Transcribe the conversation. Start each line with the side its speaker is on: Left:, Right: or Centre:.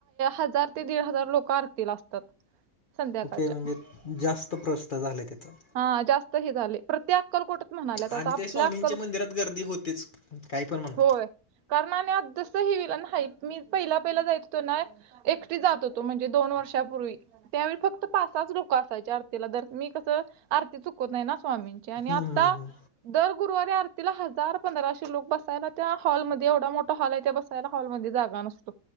Right: हजार ते दीड हजार लोक आरतील असतात. संध्याकाळच्या
Left: ओके म्हणजे जास्त प्रस्त झाले त्याचा
Right: हा जास्त हे झाले. प्रत्ये अक्कलकोटत म्हणाल्यात आता
Left: आणि
Right: आपल्या
Left: त्या स्वामींच्या
Right: अक्कलो
Left: मंदिरात गर्दी होतेच काही पण म्हणा
Right: होय. कारण आणि आस हेईल नाही मी पहिला पहिला जायच हो तो ना. एकटी जात होतो म्हणजे दोन वर्षापूर्वी त्यावेळी फक्त पासाच लोक असायच्या आरतीला जर मी कसं आरती चुकत नाही ना स्वामी च्यानी
Left: हम्म
Right: आत्ता
Left: हम्म हम्म
Right: दर गुरुवारी आरतीला हजार पंधराशे लोक बसायला त्या हॉलमध्ये एवढा मोठा हॉल आहे त्या बसायला हॉलमध्ये जा रान असतो